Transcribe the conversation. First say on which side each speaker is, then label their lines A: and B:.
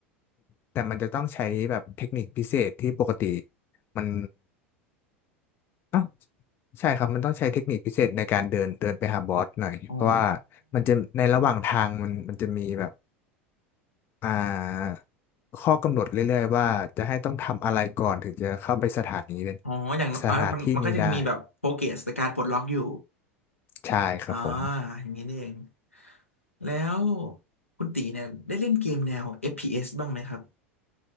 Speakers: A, on the left; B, on the left.
A: แต่มันจะต้องใช้แบบเทคนิคพิเศษที่ปกติมันอ้าวใช่ครับ มันต้องใช้เทคนิคพิเศษในการเดินเดินไปหาบอสหน่อยเพราะว่า
B: อ๋อ
A: มันจะในระหว่างทางมันมันจะมีแบบอ่าข้อกำหนดเรื่อยๆว่าจะให้ต้องทำอะไรก่อนถึงจะเข้าไปสถานี
B: อ๋ออย่างน้อยเอามันมันก็ยังมีแบบโปรเกรสในการปลดล็อกอยู่
A: สถานที่นี้ได้ใช่ครับผม
B: อ่าอย่างนี้นี่เองแล้ว คุณตีเนี่ยได้เล่นเกมแนว FPS บ้างไหมครับ